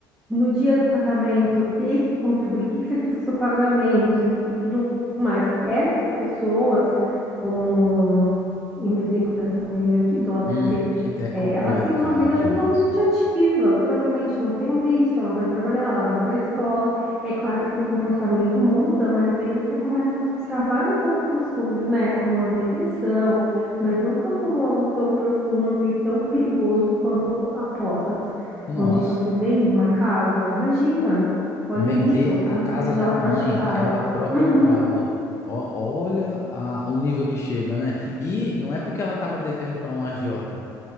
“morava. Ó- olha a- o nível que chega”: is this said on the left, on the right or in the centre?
Left